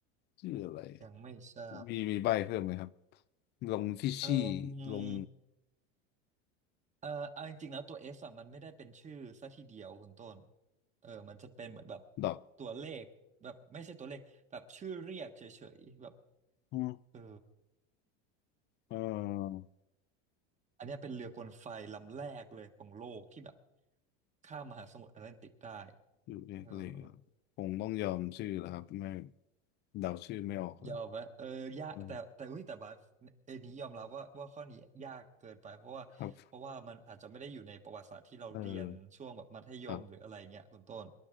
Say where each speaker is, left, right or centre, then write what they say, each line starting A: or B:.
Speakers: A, on the left; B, on the right.
A: ชื่ออะไร
B: ยังไม่ใช่
A: มีมีใบเพิ่มไหมครับลงที่ชี่
B: เอ
A: ลง
B: อเออเอาจริงๆแล้วตัวเออะมันไม่ได้เป็นชื่อซะทีเดียวคุณต้นเออมันจะเป็นเหมือนแบบ
A: ดอก
B: ตัวเลขแบบไม่ใช่ตัวเลขแบบชื่อเรียกเฉยๆแบบ
A: อม
B: เออ
A: เออ
B: อันเนี้ยเป็นเรือกลไฟลำแรกเลยของโลกที่แบบข้ามมหาสมุทรแอตแลนติกได้
A: อยู่เรียกเลยก็
B: เออ
A: คงต้องยอมชื่อแล้วครับไม่เดาชื่อไม่ออกแล้ว
B: ยอมไหมเออยากแต่แต่อุ้ยแต่บัสเอนี้ยอมรับว่าว่าข้อนี้ยากเกินไปเพราะว่าเพราะว่ามันอาจจะไม่ได้อยู่ในประวัติศาสตร์ที่เราเรียนช่วงแบบมัธยมหรืออะไรเงี้ยคุณต้น
A: อืมครับเออครับ